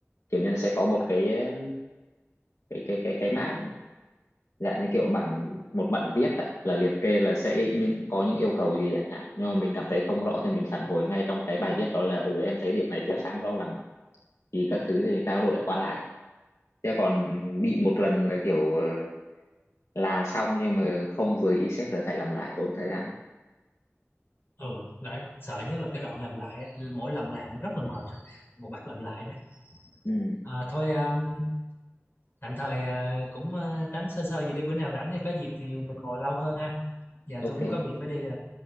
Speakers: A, on the left; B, on the left.
A: kiểu như là sẽ có một cái ờ, cái cái cái cái bản dạng như kiểu bản một bản viết ạ, là liệt kê là sẽ những có những yêu cầu gì chẳng hạn nhưng mà mình cảm thấy không rõ thì mình phản hồi ngay trong cái bài viết đó là ừ em thấy điểm này chưa sáng rõ lắm thì các thứ thì trao đổi qua lại chứ còn bị một lần là kiểu ờ, làm xong nhưng mà không vừa ý sếp rồi phải làm lại tốn thời gian lắm
B: ừ đấy sợ nhất là cái đoạn làm lại mỗi lần làm nó rất là mệt rồi một bắt làm lại đó
A: ừ
B: à, thôi um, tạm thời à, cũng à, tám sơ sơ vậy đi bữa nào rảnh thì có dịp thì mình ngồi lâu hơn ha giờ
A: ok
B: tôi cũng có việc phải đi rồi